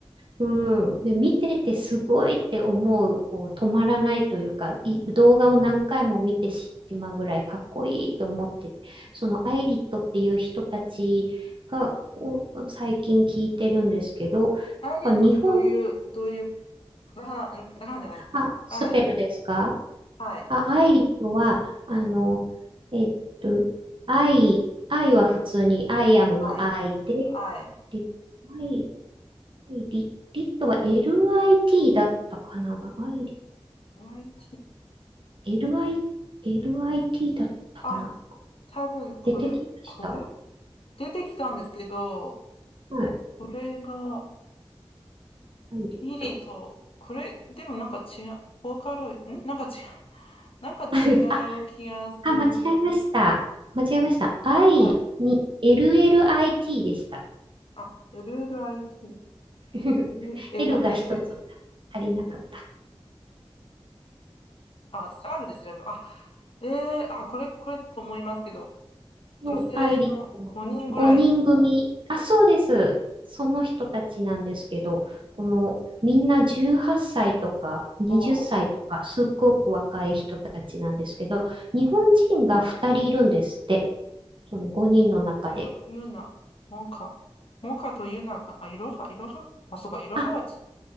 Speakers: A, on the right; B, on the left.
A: うん。で、見ててすごいって思う、こう、止まらないというか、い動画を何回も見てしまうぐらいかっこいいと思って、そのアイリットっていう人たちが、を最近聞いてるんですけど、やっぱ日本、
B: アイリーとってどういう、どういう、カタカナ、んカタカナじゃないか。
A: あ、スペルですか
B: はい。はい。
A: あ、愛理とは、あの、えっと、愛、愛は普通に、アイアムの愛で、
B: はい。はい。
A: リ、愛、愛リ、リットは LIT だったかな。愛リ、
B: YT。
A: LI、LIT だったかな。
B: あ、多分、これ、
A: 出てきました。
B: これ出てきたんですけど、
A: はい、
B: これが、
A: 愛リット。
B: イリと、これ、でもなんか違う、ボーカロイド、んなんか違う、<laughs> なんか違う気がする。
A: <laughs> あ、あ、間違えました。間違えました。愛に
B: はい。
A: LLIT でした。
B: あ、LLIT。
A: <laughs>
B: L、L
A: L
B: あ、
A: が一つ
B: L、
A: 足りなかった。
B: あ、私 R で調べる。あ、えー、あ、これ、これだと思いますけど、
A: のアイリットの5人組、
B: 女性の5人ぐらい
A: あ、そうです。その人たちなんですけど、このみんな18歳とか20歳とか、
B: を、
A: すっごく若い人たちなんですけど、日本人が2人いるんですって、その5人の中で。
B: いろは、ゆモカ、モカとユーナかな、あ、いろは、いろは、あ、そうか、いろははちょ
A: あ、